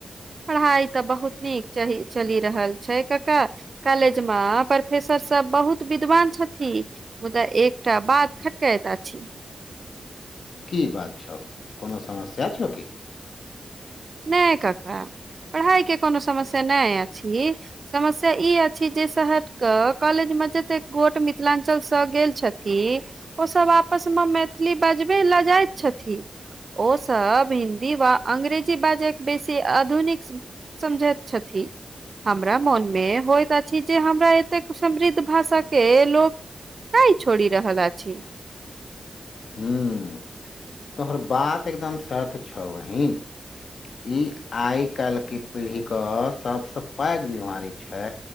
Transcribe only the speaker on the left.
की बात छौ कोनो समस्या छौ कि
हुम्म तोहर बात एकदम सत छौ बहीन ई आइ कल् के पीढ़ी कऽ सबसँ पैघ बीमारी छै